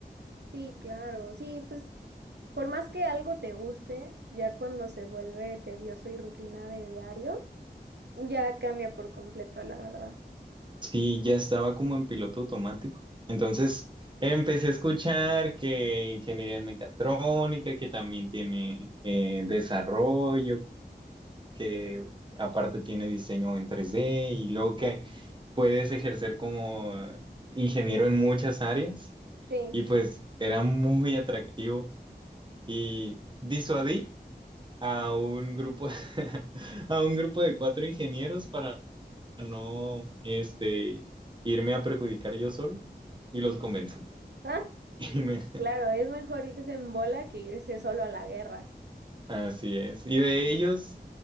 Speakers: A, on the right (about 80°); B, on the right (about 30°).
A: sí, claro. Sí, pues Por más que algo te guste, ya cuando se vuelve tedioso y rutina de diario, ya cambia por completo, la verdad.
B: Sí, ya estaba como en piloto automático. Entonces empecé a escuchar que ingeniería mecatrónica, que también tiene eh, desarrollo, que aparte tiene diseño en tres d y luego que puedes ejercer como ingeniero en muchas áreas
A: Sí.
B: y pues era muy atractivo y disuadí. a un grupo, <laughs> a un grupo de cuatro ingenieros para no, este, irme a perjudicar yo solo y los convencí.
A: Ah,
B: <laughs> Y me-
A: claro, es mejor irse en bola que irse solo a la guerra.
B: así es. Y de ellos,